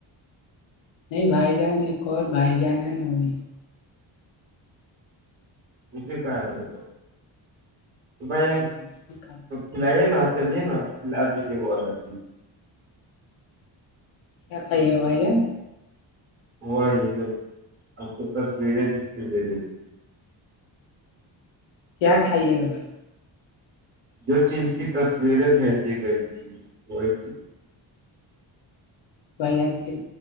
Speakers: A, on the left; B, on the right.
A: نہیں بھائی جان ایک اور بھائی جانہ نئی
B: پسے کا رہتا بھائی
A: ہاں
B: جان
A: اس میں کھا
B: کھلائی ہے نا چلیے نا فلا دیجیے وہ الگ
A: کیا کائیے بھائی
B: ہوا ہی جو آپ کو تصویریں جس کے دلی تیں
A: کیا کھائیے گا بھائی
B: جو چیز کی تصویریں بھیجی گئی تھییں وہی چیز
A: بھائی جان پھر